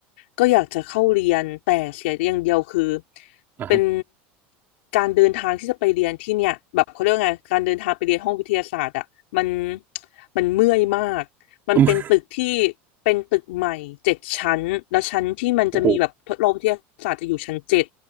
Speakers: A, on the left (about 80°); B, on the right (about 35°).
A: ก็อยากจะเข้าเรียนแต่เสียอย่างเดียวคือ
B: อ่าฮะ
A: เป็นการเดินทางที่จะไปเรียนที่เนี่ยแบบเขาเรียกว่าไงการเดินทางไปเรียนห้องวิทยาศาสตร์อ่ะมัน มันเมื่อยมาก มันเป็นตึกที่
B: <laughs>
A: เป็นตึกใหม่เจ็ดชั้น แล้วชั้นที่มันจะมีแบบทดลองวิทยาศาสตร์จะอยู่ชั้นเจ็ด
B: โอ้โห